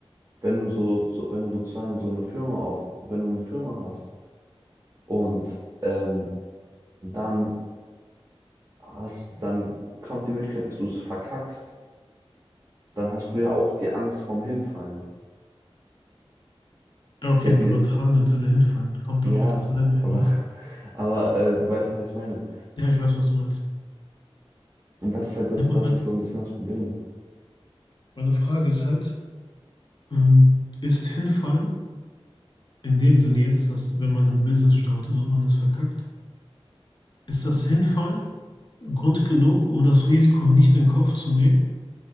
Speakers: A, on the right; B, on the left.
A: wenn du so, so wenn du sozusagen so eine Firma auf, wenn du eine Firma hast und ähm, dann hast, dann kommt die Möglichkeit, dass du es verkackst dann hast du ja auch die Angst vorm Hinfallen.
B: Ja,
A: Ist
B: okay,
A: ja
B: im
A: wie,
B: übertragenen Sinne hinfallen. Kommt
A: ja,
B: dann auf dasselbe hinaus?
A: aber, <laughs> aber äh, du weißt ja, was ich meine.
B: Ja, ich weiß, was du meinst.
A: Und das ist halt das,
B: Ja, me-
A: das
B: mein-
A: ist so ein bisschen das Problem.
B: Meine Frage ist halt, ähm, ist hinfallen in dem Sinne jetzt, dass wenn man ein Business startet und man es verkackt, ist das Hinfallen Grund genug, um das Risiko nicht in Kauf zu nehmen?